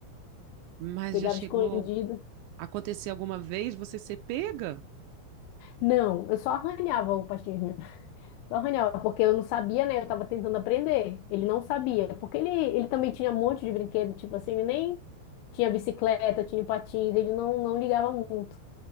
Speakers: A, on the right (about 80°); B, on the left (about 85°).
A: Mas
B: Pegava
A: já chegou
B: escondido.
A: a acontecer alguma vez você ser pega?
B: Não, eu só arranhava o pastinho mesmo. Só arranhava, porque eu não sabia, né? Eu tava tentando aprender. Ele não sabia. Porque ele, ele também tinha um monte de brinquedo, tipo assim, ele nem tinha bicicleta, tinha patins, ele não, não ligava muito.